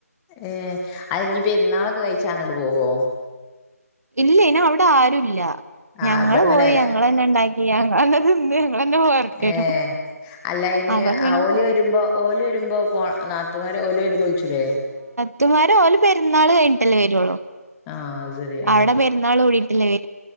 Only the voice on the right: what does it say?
ഇല്ല ഇന് അവിടെ ആരുല്ല ഞങ്ങള്
പോയി ഞങ്ങളന്നെ ണ്ടാക്കി ഞങ്ങളന്നെ തിന്ന് <unintelligible> പോരട്ടരും
അപ്പൊ പിന്നെ
പോല
ത്തുമാര് ഓല് പെര്ന്നാൾ കഴിഞ്ഞട്ടല്ലേ വരൊള്ളൂ
അവടെ
പെര്ന്നാൾ ഒഴി ഇല്ലയ്